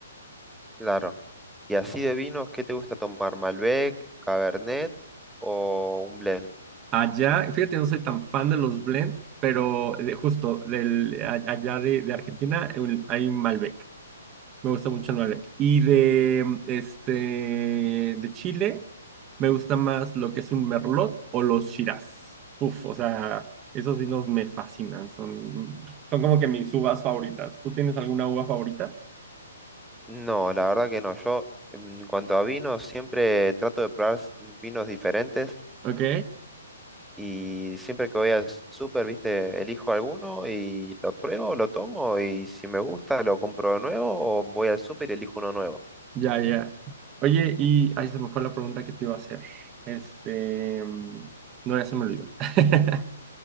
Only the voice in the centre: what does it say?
claro. Y así de vinos, ¿qué te gusta tomar? ¿Malbec, Cabernet o un blend?
No, la verdad que no. Yo, en cuanto a vinos, siempre trato de probar s- vinos diferentes
y siempre que voy al súper, viste, elijo alguno y lo pruebo, lo tomo y si me gusta, lo compro de nuevo o voy al súper y elijo uno nuevo.